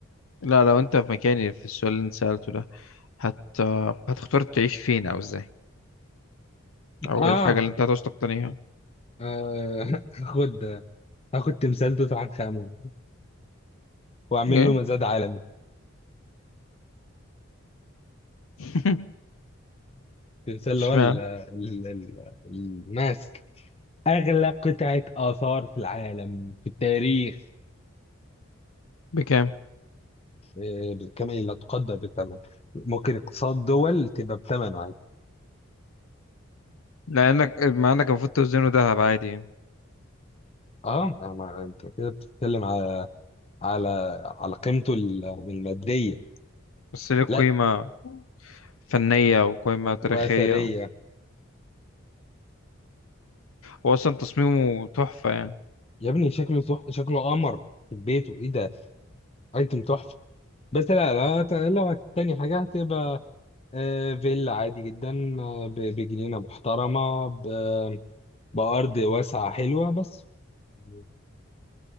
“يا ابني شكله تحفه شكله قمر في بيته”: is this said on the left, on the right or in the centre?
Left